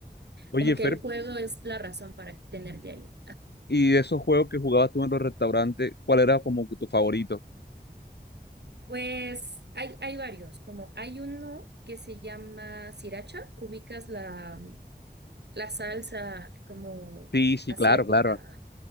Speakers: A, on the left (about 80°); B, on the right (about 80°).
A: Oye,
B: Como que
A: Fer,
B: el juego es la razón para tenerte ahí.
A: ¿y de esos juegos que jugabas tú en los restaurantes, cuál era como que tu favorito?
B: Pues hay, hay varios, como hay uno que se llama Sriracha, ubicas la, La salsa como
A: Sí, sí,
B: asiática.
A: claro, claro.